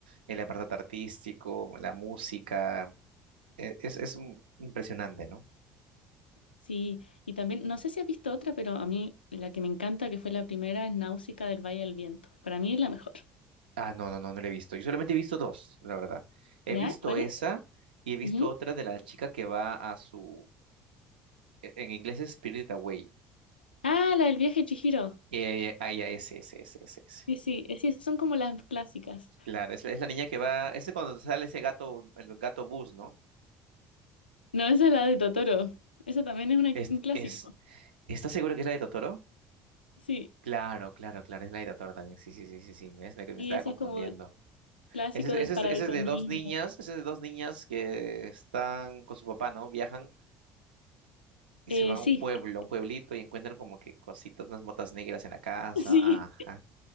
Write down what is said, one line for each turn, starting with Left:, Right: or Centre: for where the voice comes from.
Right: el apartado artístico, la música. e- Es, es un- impresionante, ¿no?
Left: Sí, y también, no sé si has visto otra, pero a mí la que me encanta, que fue la primera, es Náusica del Valle del Viento. Para mí es la mejor.
Right: Ah, no, no, no, no la he visto. Yo solamente he visto dos, la verdad. He
Left: ¿Ya?
Right: visto
Left: ¿Cuál
Right: esa
Left: es?
Right: y he visto
Left: Ujú.
Right: otra de la chica que va a su, e- en inglés es Spirit Away.
Left: Ah, la del viaje de Chihiro.
Right: Eh, ah, ya, ese, ese, ese, ese, ese.
Left: Sí, sí, es- sí, esas son como las clásicas.
Right: Claro, es, la es la niña que va, ese cuando sale ese gato, el gato bus, ¿no?
Left: No, esa es la de Totoro. Esa también es una-
Right: Es,
Left: un clásico.
Right: es, ¿estás seguro que es la de Totoro?
Left: Sí,
Right: Claro, claro, claro, es la de Totoro también. Sí, sí, sí, sí, sí, ves, me, me
Left: y
Right: estaba
Left: esa
Right: confundiendo.
Left: es como el clásico
Right: Ese, es-
Left: de para
Right: ese, es- ese
Left: ver con
Right: es de
Left: niños.
Right: dos niñas, ese es de dos niñas que están con su papá, ¿no? Viajan. y
Left: Eh,
Right: se van a
Left: sí,
Right: un pueblo, a
Left: <laughs>
Right: un pueblito y encuentran como que cositas, unas motas negras en la casa,
Left: sí,
Right: ajá.